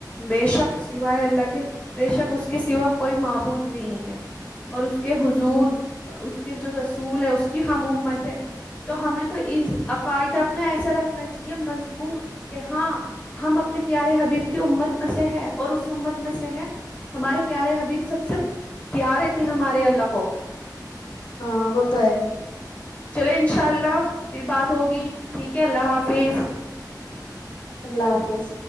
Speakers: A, on the left; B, on the left.
A: بے شک سوائے اللہ کے بے شک اس کے سوا کوئی معبود نہیں ہے اور اس کے حضور
B: ہوں
A: اس کے جو رسول ہے اس کی ہم امت ہے تو ہمیں تو اس عقاعدہ اپنا ایسا رکھنا چاہیے مضبوط کہ ہاں ہم اپنے پیارے حبیب امت میں سے ہے اور اس امت میں سے ہے ہمارے پیارے حبیب سب سے پیارے تھے ہمارے اللہ کو
B: ہاں وہ تو ہے
A: چلے انشاء اللہ پھر بات ہوگی ٹھیک ہے اللہ حافظ
B: اللہ حافظ